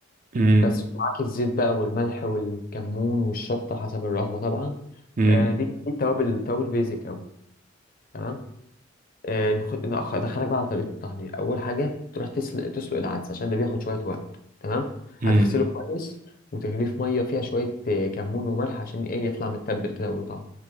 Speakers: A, on the right; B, on the left.
A: مم.
B: بس معاك الزيت بقى والملح والكمون والشطة حسب الرغبة طبعا
A: مم.
B: آه دي دي التوابل التوابل بيزك أوي تمام آه، نخ- نأخ- ادخلك بقى على طريقه التحضير اول حاجه تروح تسلق تسلق العدس عشان ده بياخد شويه وقت تمام
A: مم.
B: هتغسله كويس وتغليه في ميه فيها شويه آه، كمون وملح عشان ايه يطلع متبل كده وله طعم